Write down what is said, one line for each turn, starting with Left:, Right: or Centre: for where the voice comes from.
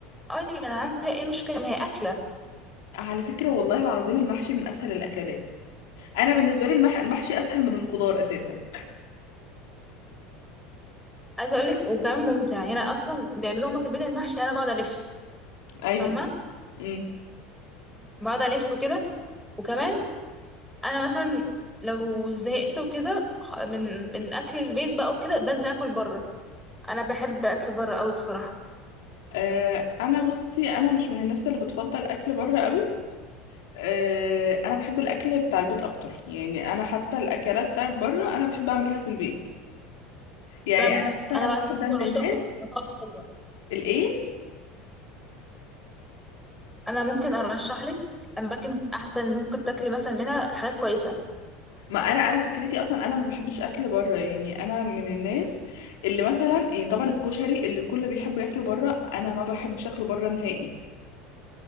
Centre: اه يا جدعان فيها ايه مشكلة ما هي أكلة
Left: على فكرة والله العظيم المحشي من أسهل الأكلات أنا بالنسبة لي المح... المحشي أسهل من الخضار أساسا
Centre: عايزة اقول لك وكمان ممتع يعني أنا أصلا بيعملوه هما في البيت المحشي أنا بقعد ألف
Left: أيوه
Centre: فاهمة
Left: امم
Centre: بقعد ألف وكده وكمان أنا مثلا لو زهقت وكده خ- من من أكل البيت بقى وكده بنزل أكل بره أنا بحب أكل بره قوي بصراحة
Left: آه أنا بصي أنا مش من الناس اللي بتفضل أكل بره قوي آه أنا بحب الأكل بتاع البيت أكتر يعني أنا حتى الأكلات بتاعت بره أنا بحب أعملها في البيت يعني
Centre: أنا م-
Left: أنا مثلا
Centre: أنا
Left: واحدة
Centre: بقى ممكن
Left: من
Centre: أرشح
Left: الناس
Centre: لك مطاعم حلوة
Left: الإيه
Centre: أنا ممكن أرشح لك أماكن أحسن ممكن تاكلي مثلا منها حاجات كويسة
Left: ما أنا أنا فكرتي أصلا أنا ما بحبش أكل بره يعني أنا من الناس اللي مثلا يعني طبعا الكشري اللي كله بيحب ياكله بره أنا ما بحبش أكله بره نهائي